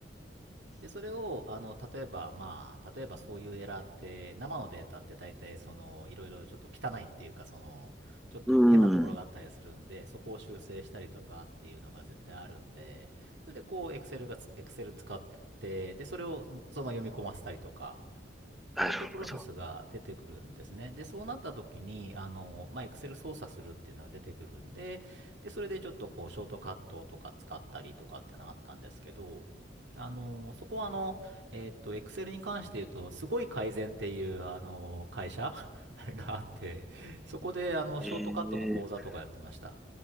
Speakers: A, on the right; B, in the centre.
A: で、それを、あの、例えば、まあ、例えばそういうエラーって、生のデータって大体、その、いろいろちょっと汚いっていうか、その、ちょっと変なところがあったりするんで、
B: うん。
A: そこを修正したりとかっていうのが絶対あるんで、それでこう、Excel がつ、Excel 使って、で、それをそのまま読み込ませたりとか、
B: なるほど。
A: そういったプロセスが出てくるんですね。で、そうなった時に、あの、まあ、Excel 操作するっていうのが出てくるんで、で、それでちょっとこう、ショートカットとか使ったりとかってのがあったんですけど、あの、そこはあの、えっと、Excel に関して言うと、すごい改善っていう、あの、会社 <laughs> があって、そこで、あの、
B: ええ
A: ショートカットの講座とかやってました。